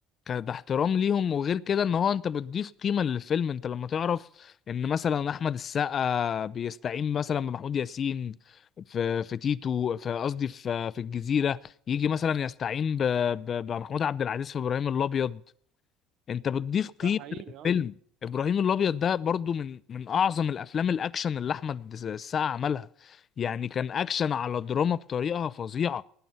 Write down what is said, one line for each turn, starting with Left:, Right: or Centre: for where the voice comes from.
Left: كان ده احترام ليهم وغير كده ان هو انت بتضيف قيمة للفيلم انت لما تعرف ان مثلا احمد السقا بيستعين مثلا بمحمود ياسين في في تيتو في قصدي في في الجزيرة يجي مثلا يستعين ب- ب- بمحمود عبد العزيز في ابراهيم الابيض انت بتضيف قيمة
Right: ده حقيقي
Left: للفيلم
Right: اه
Left: ابراهيم الابيض ده برضو من من اعظم الافلام الاكشن اللي احمد السقا عملها يعني كان اكشن على دراما بطريقة فظيعة